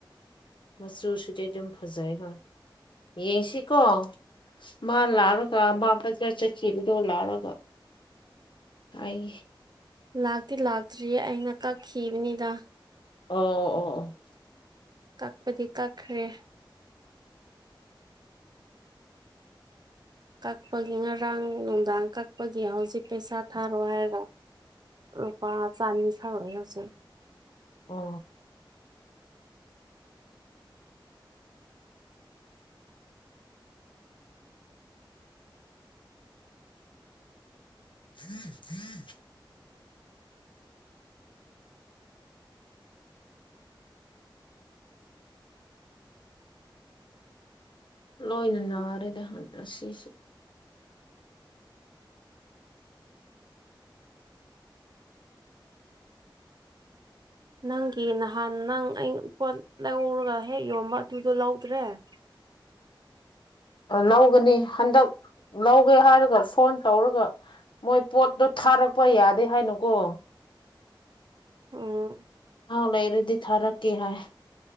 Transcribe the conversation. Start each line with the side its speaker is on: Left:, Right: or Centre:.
Left: ꯃꯆꯨꯁꯤꯗꯤ ꯑꯗꯨꯝ ꯐꯖꯩ ꯍꯣꯏ ꯌꯦꯡꯁꯤꯀꯣ ꯃꯥ ꯂꯥꯛꯑꯒ ꯃꯥ ꯕꯖꯥꯔ ꯆꯠꯈꯤꯕꯗꯣ ꯂꯥꯛꯑꯔꯒ ꯑꯩ
Right: ꯂꯥꯛꯇꯤ ꯂꯥꯛꯇ꯭ꯔꯤꯌꯦ ꯑꯩꯅ ꯀꯛꯈꯤꯕꯅꯤꯗ
Left: ꯑꯣ ꯑꯣ ꯑꯣ
Right: ꯀꯛꯄꯗꯤ ꯀꯛꯈ꯭ꯔꯦ ꯀꯛꯄꯒꯤ ꯉꯔꯥꯡ ꯅꯨꯡꯗꯥꯡ ꯀꯛꯄꯒꯤ ꯍꯧꯖꯤꯛ ꯄꯩꯁꯥ ꯊꯥꯔꯣ ꯍꯥꯏꯔꯒ ꯔꯨꯄꯥ ꯆꯥꯅꯤꯁ ꯍꯧꯆ
Left: ꯑ ꯍꯝ ꯍꯝ ꯂꯣꯏꯅ ꯅꯥꯔꯦꯗ ꯑꯁꯤꯁꯨ
Right: ꯅꯪꯒꯤ ꯅꯍꯥꯟ ꯅꯪ ꯑ ꯄꯣꯠ ꯂꯧꯔꯒ ꯍꯦꯛ ꯌꯣꯟꯕ ꯑꯗꯨꯗꯣ ꯂꯧꯗ꯭ꯔꯦ <inaudible> <unintelligible>
Left: ꯂꯧꯒꯅꯤ ꯍꯟꯗꯛ ꯂꯧꯒꯦ ꯍꯥꯏꯔꯒ ꯐꯣꯟ ꯇꯧꯔꯒ ꯃꯣꯏ ꯄꯣꯠꯇꯣ ꯊꯥꯔꯛꯄ ꯌꯥꯗꯦ ꯍꯥꯏꯅꯨꯀꯣ
Right: ꯑꯥ
Left: ꯑꯍꯥꯎ ꯂꯩꯔꯗꯤ ꯊꯥꯔꯛꯀꯦ ꯍꯥꯏ